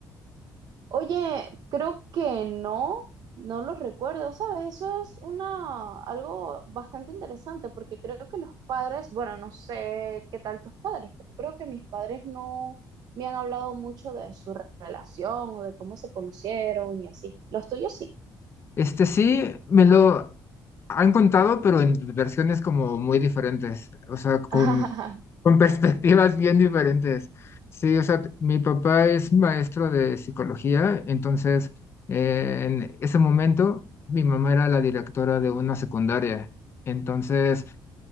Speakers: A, on the right; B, on the left.
A: Oye, creo que no, no los recuerdo, ¿sabes? Eso es una, algo bastante interesante porque creo que los padres, bueno, no sé qué tal tus padres, pero creo que mis padres no me han hablado mucho de su relación o de cómo se conocieron y así. Los tuyos sí.
B: Este sí, me lo han contado, pero en versiones como muy diferentes, o sea, con,
A: <laughs>
B: con <laughs> perspectivas bien diferentes. Sí, o sea, mi papá es maestro de psicología, entonces eh, en ese momento mi mamá era la directora de una secundaria. Entonces,